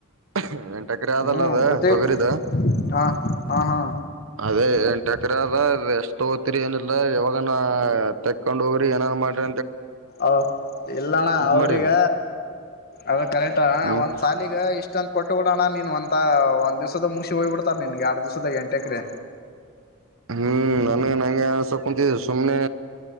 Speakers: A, on the right; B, on the left.
A: ಅ <unintelligible> ಇಕಾಡಿ ಆದಲ್ಲ
B: ಹ್ಮ್
A: ಅದ
B: ಗೊತ್ತೇ
A: ತೊಗರಿದ
B: ಹಾ ಹಾ ಹಾ
A: ಅದೇ ಎಕರೆ ಅದ ಎಷ್ಟು ಹೋಗ್ತರಿ ಏನ ಯಾವಾಗನ <unintelligible> ಕೊಂಡ ಹೋಗ್ರಿ ಏನನ್ ಮಾಡ್ರ
B: ಓ ಇಲ್ಲಣ್ಣ ಅವ್ರಿಗ
A: ಮಾಡೇನಿ
B: ಅದು ಕರೆಕ್ಟ
A: ಹ್ಮ್
B: ಒಂದ್ ಸಾಲಿಗ ಇಷ್ಟಂತ ಕೊಟ್ಟುಬಿಡಣ ನೀನು ಒಥ ಒಂದು ದಿವಸದ ಮುಸಿ ಹೋಗ್ಬಿಡ್ತಾರೆ ನಿನಗೆ ಎರಡು ದಿವ್ಸದ ಎಂಟ ಎಕ್ರೆ
A: ಹ್ಮ್ ನಾನ <inaudible> ಸುಮನೆ